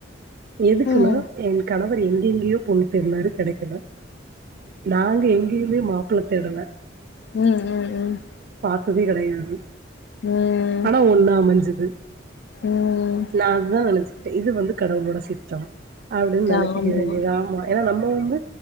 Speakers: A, on the right; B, on the left.
A: எதுக்குன்னா
B: ம்
A: என் கணவ எங்க எங்கேயோ பொண் தேடுநாரு கேடக்கல நாங்க எங்கேயுமே மாப்ள தேடல
B: ம் ம் ம்
A: இப்பவே கெடையாது
B: ம் ம்
A: ஆனா ஒண்ண அமஞ்சது
B: ம்
A: நா அதா நெனச்சே இது வந்து கடவுளோட சித்தம் அப்புடின்னு நனச்சிக்க
B: ஆமா
A: வேண்டியதா ஆ ஏன்னா நம் நம் வந்து